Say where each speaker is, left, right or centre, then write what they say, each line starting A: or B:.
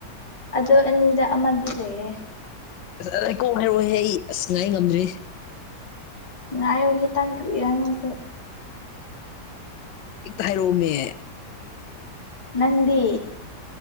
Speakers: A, on the left (about 20°); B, on the left (about 85°).
A: ꯑꯗꯨ ꯑꯅꯤꯗ ꯑꯃꯗꯤ ꯂꯩꯔꯦ
B: ꯑꯁ ꯑꯩ ꯀꯣꯛ ꯍꯥꯏꯔꯣꯍꯦ ꯑꯩ ꯑꯁ ꯉꯥꯏ ꯉꯝꯗ꯭ꯔꯦ
A: ꯉꯥꯢꯌꯨ ꯈꯤꯇꯪ ꯀꯔꯤꯔ ꯅꯪꯁꯨ
B: ꯍꯦꯛꯇ ꯍꯥꯏꯔꯣꯝꯃꯤ
A: ꯅꯪꯗꯤ